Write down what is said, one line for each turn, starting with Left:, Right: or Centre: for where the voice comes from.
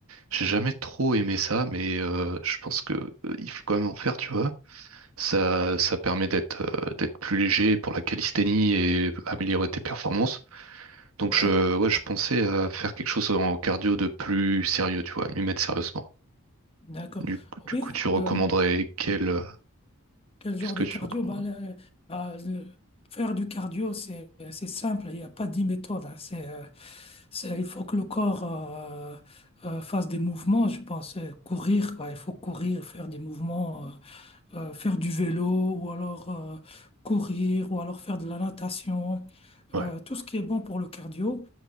Right: j'ai jamais trop aimé ça, mais euh, je pense que euh, il faut quand même en faire, tu vois. Ça, ça permet d'être euh, d'être plus léger pour la calisthénie et améliorer tes performances. Donc
Left: ouais,
Right: je, ouais, je pensais à faire quelque chose en cardio de plus sérieux, tu vois, m'y mettre sérieusement.
Left: d'accord.
Right: Du, coup- du
Left: Oui,
Right: coup, tu recommanderais
Left: euh,
Right: quel, euh,
Left: Quel genre
Right: qu'est-ce que
Left: de
Right: tu
Left: cardio?
Right: recommandes?
Left: Bah, le- bah, le- faire du cardio, c'est c'est simple, il n'y a pas dix méthodes. hein. C'est, euh, c'est- il faut que le corps euh, euh, fasse des mouvements, je pense. Euh, Courir, quoi. Il faut courir, faire des mouvements, euh, euh, faire du vélo, ou alors euh, courir, ou alors faire de la natation
Right: Ouais.
Left: euh, tout ce qui est bon pour le cardio.